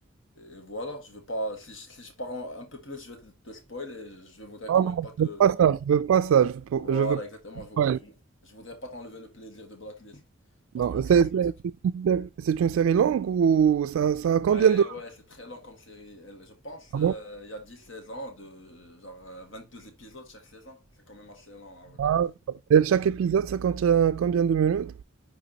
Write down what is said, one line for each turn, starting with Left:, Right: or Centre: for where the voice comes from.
Left: et voilà je veux pas si, je- si je parle un peu plus je vais te, te spoil et je voudrais
Right: Ah
Left: quand même
Right: non,
Left: pas te
Right: je veux pas ça, je veux pas ça, je veux,
Left: voilà
Right: je veux
Left: exactement je, vou-
Right: pas.
Left: je,
Right: ouais.
Left: je voudrais pas t'enlever le plaisir de Blacklist parce
Right: Non,
Left: que je
Right: c'est
Left: suis sûr
Right: c'est- c'est une sé- c'est une série longue ou ça, ça
Left: ouais
Right: a combien de...
Left: ouais c'est très long comme série Elle- je pense
Right: Ah
Left: euh,
Right: bon?
Left: il y a dix 16 ans de genre euh, deux épisodes chaque saison c'est quand même assez long à regarder
Right: Ah, Et chaque épisode, ça contient combien de minutes?